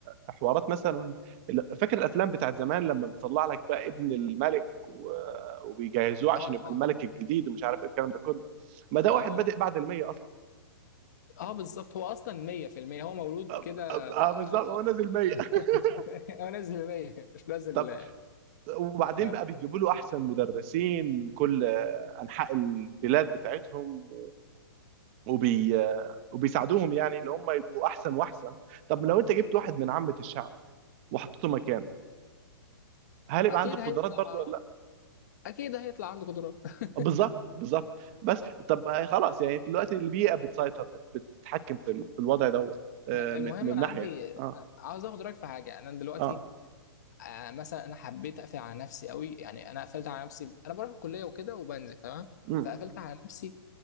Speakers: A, on the right; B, on the left.
A: في حوارات مثلا فاكر الافلام بتاعت زمان لما بيطلع لك بقى ابن الملك و- وبيجهزوه عشان
B: <laughs> اه
A: يبقى
B: اه
A: الملك الجديد ومش عارف ايه الكلام ده كله ما ده
B: اه
A: واحد بادئ
B: اه
A: بعد المية اصلا
B: اه بالظبط هو اصلا 100% هو مولود
A: أب-
B: كده
A: أب-
B: آه،
A: اه بالظبط هو نازل
B: آه، <laughs>
A: 100 <laughs>
B: هو نزل 100 مش نازل
A: طب وبعدين
B: آه.
A: بقى بيجيبوا له احسن مدرسين من كل انحاء البلاد بتاعتهم وبي وبيساعدوهم يعني اللي هم يبقوا احسن واحسن طب لو انت جبت واحد من عامة الشعب وحطيته مكانه هل يبقى
B: اكيد
A: عنده
B: هيطلع
A: قدرات برضو ولا
B: اكيد هيطلع عنده قدرات <laughs>
A: بالظبط بالظبط بس طب آه، خلاص يعني دلوقتي البيئه بتسيطر بت- بت- بتتحكم في ال- في الوضع دوت آه،
B: المهم
A: من من
B: انا
A: ناحيه
B: عندي
A: اه
B: عاوز اخد رايك في حاجه انا دلوقتي
A: اه
B: آه، مثلا انا حبيت اقفل على نفسي قوي يعني انا قفلت على نفسي انا بروح الكليه وكده وبنزل تمام
A: امم
B: فقفلت على نفسي